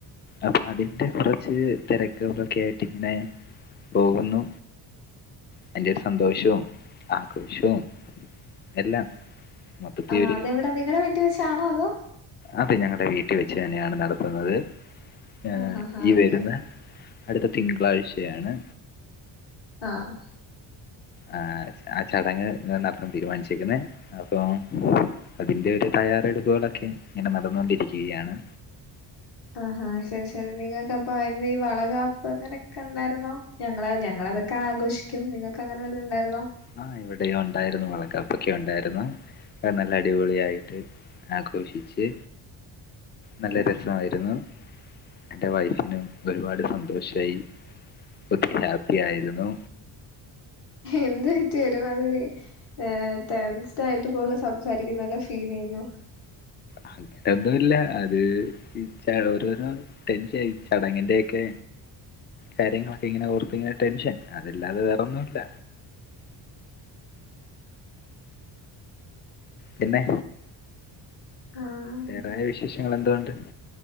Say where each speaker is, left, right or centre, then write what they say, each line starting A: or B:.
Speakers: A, on the left; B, on the left.
A: അപ്പൊ അതിന്റെ കാെറച്ച് തെരക്കുകൾക്കെ ആയിട്ട് ഇങ്ങനെ പോകുന്നു അതിന്റെ ഒരു സന്തോഷവും ആഘോഷവും എല്ലാം മൊത്തത്തിൽ
B: ആഹ്
A: ഒരു
B: അതെവടാ നിങ്ങടെ വീട്ടി വെച്ചാണോ അതോ?
A: അതെ ഞങ്ങടെ വീട്ടി വെച്ചെന്നെണ് നടത്തുന്നത്. ഏ
B: ആഹ് ആഹ് ആഹ്
A: ഈ
B: ഓക്കെ
A: വെര്ന്ന
B: ഓക്കെ
A: അട്ത്ത തിങ്കളാഴ്ചയാണ്
B: ആഹ്
A: അ് ആ ചടങ്ങ് ന്ന നടത്താൻ തീരുമാനിച്ചിരിക്കുന്നേ അപ്പോ അതിന്റെ ഒരു തയ്യാറെടുപ്പുകളൊക്കെ ഇങ്ങനെ നടന്നോണ്ടിരിക്കുകയാണ്.
B: ആഹാ ശരി ശരി നിങ്ങൾക്കപ്പം എന്താ ഈ വളകാപ്പ് അങ്ങനെയൊക്കെ ഉണ്ടായിരുന്നോ ഞങ്ങള് ഞങ്ങള് അതൊക്കെ ആഘോഷിക്കും നിങ്ങൾക്ക് അങ്ങനെ വല്ലോം ഉണ്ടായിരുന്നോ
A: ആ ഇവിടെ ഇവിടെയും ഉണ്ടായിരുന്നു വളകാപ്പൊക്കെ ഉണ്ടായിരുന്നു അത് നല്ല അടിപൊളി ആയിട്ട് ആഘോഷിച്ച് നല്ല രസമായിരുന്നു എന്റെ വൈഫിനും ഒരുപാട് സന്തോഷായി ഒത്തിരി ഹാപ്പി ആയിരുന്നു
B: എന്താ പറ്റിയേ ഒരു മാതിരി ഏ ടെൻസ്ഡ് ആയിട്ട് പോലെ സംസാരിക്കുന്ന പോലെ ഫീൽ ചെയ്യുന്നു
A: അങ്ങനൊന്നുവില്ല അത് ഈ ചടങ്ങ ഓരോരോ ടെൻഷൻ ഈ ചടങ്ങിന്റക്കെ കാര്യങ്ങളൊക്കെ ഇങ്ങനെ ഓർത്ത് ഇങ്ങനെ ടെൻഷൻ അതല്ലാതെ വേറൊന്നുവില്ല പിന്നെ
B: ആഹ്
A: വേറെ വിശേഷങ്ങൾ എന്തോണ്ട്